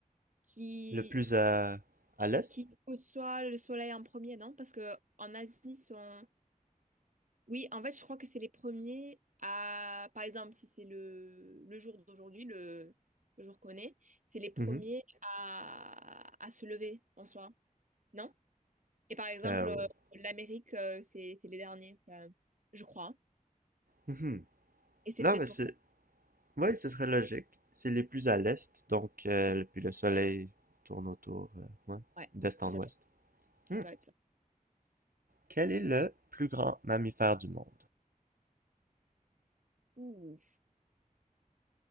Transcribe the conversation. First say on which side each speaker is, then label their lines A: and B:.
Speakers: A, on the right; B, on the right.
A: qui...
B: Le plus à, à l'est?
A: qui reçoit le soleil en premier, non? Parce que en Asie, sont... Oui, en fait, je crois que c'est les premiers à, par exemple, si c'est le, le jour d'aujourd'hui, le, le jour qu'on est, c'est les premiers
B: Mhm.
A: à, à se lever en soi, non? Et par exemple,
B: Euh,
A: euh,
B: au-
A: l'Amérique, euh, c'est c'est les derniers, euh, je crois.
B: mhm.
A: Et c'est
B: Non,
A: peut-être
B: mais
A: pour
B: c'est...
A: ça.
B: Oui, ce serait logique. C'est les plus à l'est, donc euh,
A: Oui.
B: puis le soleil
A: Ouais,
B: tourne autour, euh, ouais,
A: ouais.
B: d'est
A: mais
B: en
A: ça
B: ouest.
A: doit, ça
B: Hmm.
A: doit être ça.
B: Quel est le plus grand mammifère du monde?
A: Ouh.